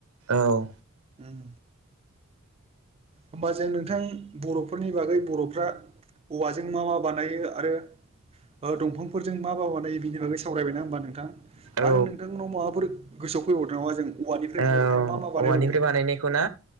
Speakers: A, on the right (about 90°); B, on the right (about 30°).
A: औ
B: उम होमबा जों नोंथां बर'फोरनि बागै बर'फ्रा औवाजों मा मा बानायो आरो ओ दंफांफोरजों मा मा बानायो बिनि बागै सावरायबायना होमबा नोंथां?
A: औ
B: आरो नोंथांनाव माबाफोर गोसोआव फैबावदों नामा जों औवानिफ्राय
A: औ
B: बर'फ्रा मा मा बानायबावो
A: औवानिफ्राय बानायनायखौ ना?